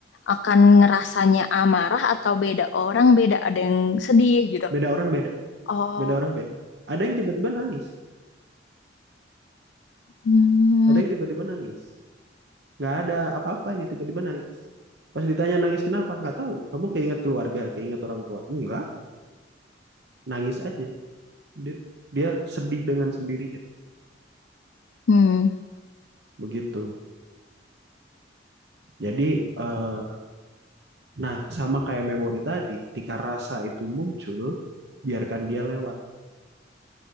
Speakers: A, on the left; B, on the right.
A: akan ngerasanya amarah atau beda orang, beda ada yang sedih gitu.
B: Beda orang beda.
A: Oh,
B: Beda orang beda. Ada yang tiba-tiba nangis.
A: hmm,
B: Ada yang tiba-tiba nangis. Nggak ada apa-apa ini tiba-tiba nangis. Pas ditanya nangis kenapa? Nggak tahu. Kamu keinget keluarga, keinget orang tua. Enggak, nangis aja. dia, dia sedih dengan sendirinya
A: hmm,
B: begitu jadi eh, nah sama kayak memori tadi ketika rasa itu muncul biarkan dia lewat